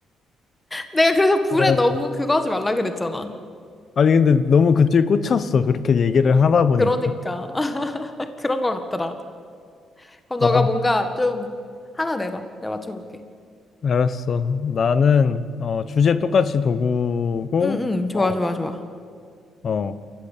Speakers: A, on the left (about 15°); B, on the left (about 50°).
A: 내가 그래서 불에
B: 어,
A: 너무 그거 하지 말라 그랬잖아.
B: 아니, 근데 너무 그쪽에 꽂혔어. 그렇게 얘기를 하다 보니까.
A: 그러니까. <laughs> 그런 것 같더라. 그럼
B: 아,
A: 너가 뭔가 좀 하나 내봐. 내가 맞춰볼게.
B: 알았어. 나는, 어, 주제 똑같이 도구고,
A: 응, 응, 좋아,
B: 어,
A: 좋아, 좋아.
B: 어,